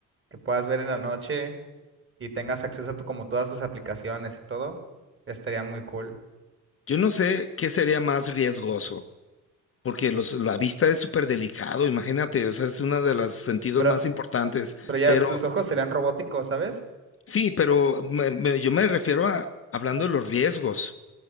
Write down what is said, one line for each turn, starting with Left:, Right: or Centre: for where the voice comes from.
Right: que puedas ver en la noche y tengas acceso a tu, como todas tus aplicaciones y todo, estaría muy cool.
Left: Yo no sé qué sería más riesgoso, porque los- la vista es súper delicado, imagínate, o sea, es uno de los sentidos
Right: Pero,
Left: más importantes,
Right: pero ya
Left: pero
Right: tus ojos serían robóticos, ¿sabes?
Left: sí, pero me- me- yo me refiero a hablando de los riesgos,